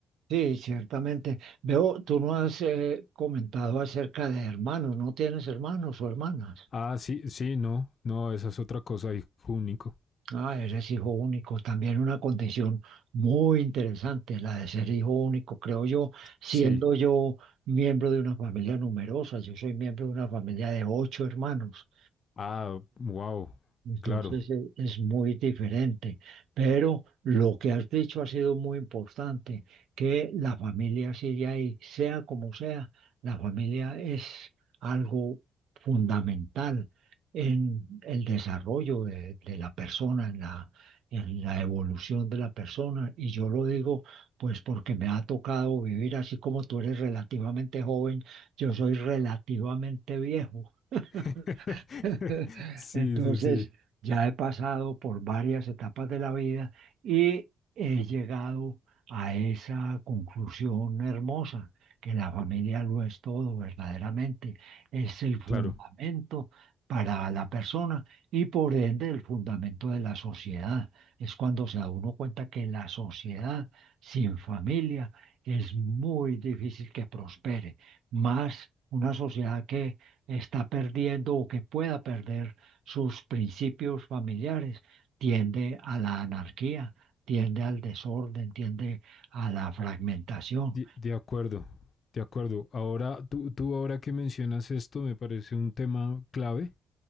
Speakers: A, on the right (about 80°); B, on the left (about 45°).
A: Sí, ciertamente. Veo, tú no has eh, comentado acerca de hermanos, no tienes hermanos o hermanas.
B: Ah, sí, sí, no, no, esa es otra cosa, hijo único.
A: Ah, eres hijo único, también una condición muy interesante, la de ser hijo único, creo yo, siendo
B: Sí.
A: yo miembro de una familia numerosa, yo soy miembro de una familia de ocho hermanos.
B: Ah, wow,
A: Entonces
B: claro.
A: e- es muy diferente, pero lo que has dicho ha sido muy importante, que la familia sigue ahí, sea como sea, la familia es algo fundamental en el desarrollo de, de la persona, en la, en la evolución de la persona. Y yo lo digo pues porque me ha tocado vivir así como tú eres relativamente joven, yo soy relativamente viejo
B: <laughs>
A: <laughs>
B: Sí,
A: Entonces,
B: sí, sí,
A: ya he pasado por varias etapas de la vida y he llegado a esa conclusión hermosa, que la familia lo es todo verdaderamente, es el fundamento
B: claro.
A: para la persona y por ende el fundamento de la sociedad. Es cuando se da uno cuenta que la sociedad sin familia es muy difícil que prospere, más una sociedad que está perdiendo o que pueda perder sus principios familiares, tiende a la anarquía, tiende al desorden, tiende a la fragmentación.
B: De, de acuerdo, de acuerdo. Ahora, tú, tú ahora que mencionas esto, me parece un tema clave